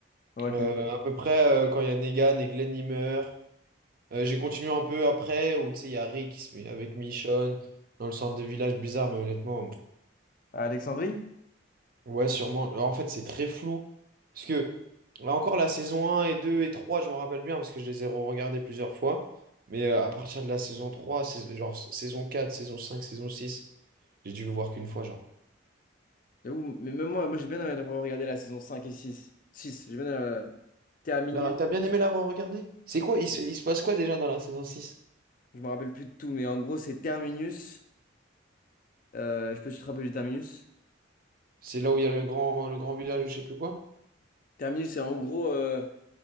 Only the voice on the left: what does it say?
dans Walking
Dead
À Alexandrie?
J'avoue, mais même moi, moi j'ai bien envie de regarder la saison 5 et six six j'ai bien euh, Terminus,
je me rappelle plus de tout, mais en gros, c'est Terminus. Euh, je peux te rappeler du Terminus?
Terminus, c'est en gros, euh,